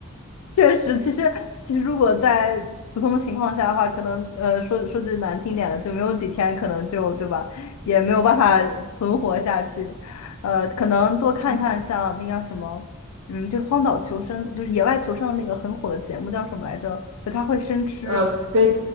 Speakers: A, on the left (about 70°); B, on the right (about 60°).
A: 确实，其实其实如果在普通的情况下的话，可能呃说说句难听点的，就没有几天，可能就对吧，也没有办法存活下去。呃，可能多看看像那叫什么，
B: 嗯，
A: 嗯，就是荒岛求生，就是野外求生的那个很火的节目叫什么来着？就他会生吃，
B: 呃，跟